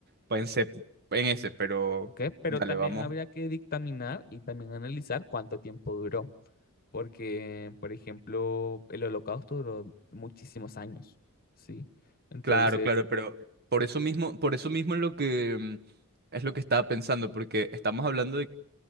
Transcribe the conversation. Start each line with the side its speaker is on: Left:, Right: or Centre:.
Right: pensé en ese, pero
Left: ¿ok? Pero
Right: dale,
Left: también
Right: vamos.
Left: habría que dictaminar y también analizar cuánto tiempo duró, porque, por ejemplo, el Holocausto duró muchísimos años, ¿sí? Entonces,
Right: Claro, claro, pero por eso mismo, por eso mismo es lo que... mm, es lo que estaba pensando, porque estamos hablando de